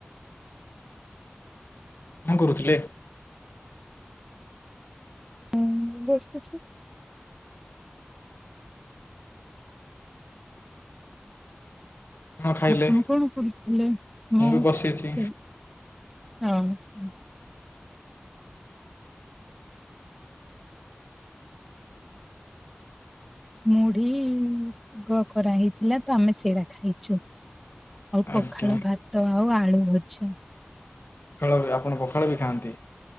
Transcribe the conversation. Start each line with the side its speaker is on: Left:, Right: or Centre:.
Left: କଣ କରୁଥିଲେ?
Centre: ମୁଁ ବସିଛି।
Left: କଣ ଖାଇଲେ
Centre: ଆପଣ କଣ କରୁଥିଲେ?
Left: ମୁଁ
Centre: ହଁ
Left: ବି ବସିଛି
Centre: ସେ ହଁ। ମୁଢି ଗ- କରା ହେଇଥିଲା ତ ଆମେ ସେରା ଖାଇଚୁ। ଆଉ
Left: ଆଜ୍ଞା।
Centre: ପଖାଳ ଭାତ ଆଉ ଆଳୁ ଭଜା।
Left: ପଖାଳ ଆପଣ ପଖାଳ ବି ଖାଆନ୍ତି।